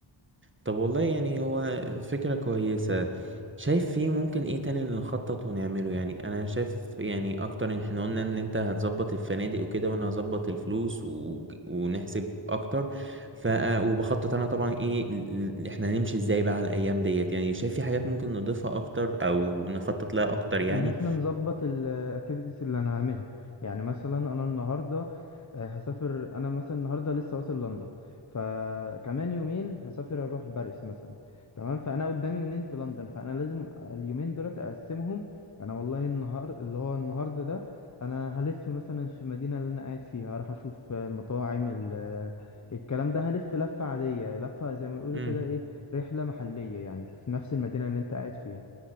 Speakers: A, on the right (about 25°); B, on the left (about 35°).
A: طب والله يعني هو فكرة كويسة شايف فيه ممكن ايه تاني اللي نخطط ونعمله يعني انا شايف يعني اكتر ان احنا قلنا ان انت هتظبط الفنادق وكده وانا هظبط الفلوس و... ونحسب اكتر ف آه، وبخطط انا طبعا ايه ال- ال- احنا هنمشي ازاي بقى على الايام ديت يعني شايف في حاجات ممكن نضيفها اكتر او نخطط لها اكتر يعني
B: ان احنا نظبط الاكتيفيتيز اللي انا هعملها يعني مثلا انا النهارده آه، هسافر انا مثلا النهارده لسه واصل لندن فكمان يومين هسافر اروح باريس مثلا تمام فانا قدامي يومين في لندن فانا لازم اليومين دولت اقسمهم انا والله النهار اللي هو النهارده ده انا هلف مثلا في المدينه اللي انا قاعد فيها هروح اشوف آه، المطاعم ال- آه، الكلام ده هلف لفه عاديه لفه زي ما بيقولوا
A: امم
B: كده ايه رحله محليه يعني في نفس المدينه اللي انت قاعد فيها